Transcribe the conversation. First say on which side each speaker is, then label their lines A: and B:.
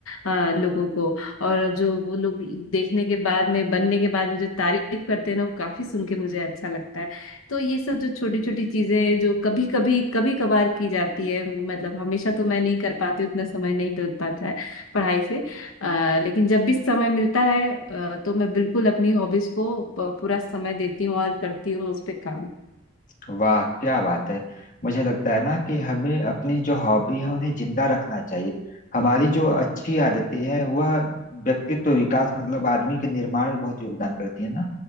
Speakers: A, on the left (about 80°); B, on the left (about 40°).
A: अ, लोगों को और जो वो लोग देखने के बाद में बनने के बाद में जो तारीफ करते हैं ना वो काफी सुन के मुझे अच्छा लगता है तो ये सब जो छोटी छोटी चीजें जो कभी कभी कभी कभार की जाती है मतलब हमेशा तो मैं नहीं कर पाती हूँ, उतना समय नहीं मिल पाता है पढ़ाई से अ, लेकिन जब भी समय मिलता है अ, तो मैं बिल्कुल अपनी हॉबीज को प- पूरा समय देती हूँ और करती हूँ उस पे काम
B: वाह क्या बात है मुझे लगता है ना कि हमें अपनी जो हॉबी है उन्हें जिंदा रखना चाहिए हमारी जो अच्छी आदतें हैं वह व्यक्तित्व विकास मतलब आदमी के निर्माण में बहुत योगदान करती है ना